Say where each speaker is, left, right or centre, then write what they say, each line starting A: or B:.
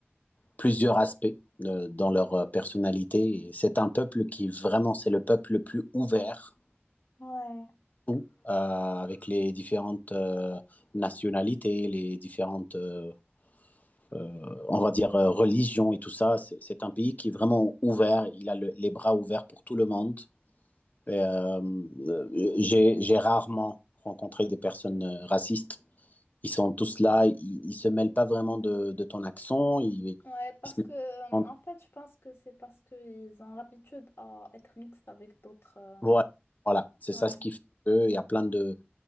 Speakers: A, on the left; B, on the left.
A: plusieurs aspects de- dans leur euh, personnalité. Et C'est un peuple qui vraiment, c'est le peuple le plus ouvert,
B: Ouais.
A: tout, euh, avec les différentes euh, nationalités, les différentes, euh, euh, on va dire, euh, religions et tout ça. C'est c'est un pays qui est vraiment ouvert. Il a le- les bras ouverts pour tout le monde. euh, euh, j'ai j'ai rarement rencontré des personnes euh, racistes. Ils sont tous là, ils, ils se mêlent pas vraiment de, de ton accent. Ils,
B: Ouais, parce
A: ils se
B: que
A: mêlent
B: euh,
A: pas vraiment
B: en fait, je pense que c'est parce qu'ils ont l'habitude à être mixtes avec d'autres. euh,
A: de- Voilà, voilà. c'est
B: Ouais,
A: ça ce qui fait qu'il y a plein de,